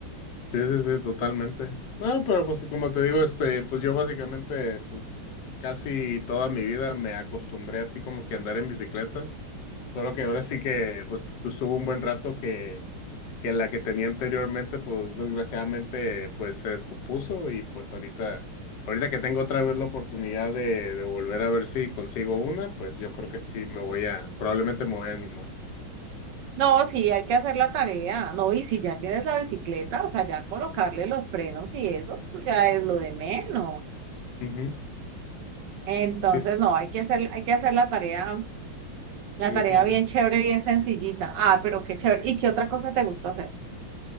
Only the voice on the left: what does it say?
Sí, sí, sí, totalmente. No, pero pues como te digo, este, pues yo básicamente, pues casi toda mi vida me acostumbré así como que a andar en bicicleta. Solo que ahora sí que, pues tu- estuvo un buen rato que, que la que tenía anteriormente, pues desgraciadamente, pues se descompuso y pues ahorita, ahorita que tengo otra vez la oportunidad de, de volver a ver si consigo una, pues yo creo que sí me voy a, probablemente me voy a animar.
Ujú.
Sí,
sí,
sí. sí.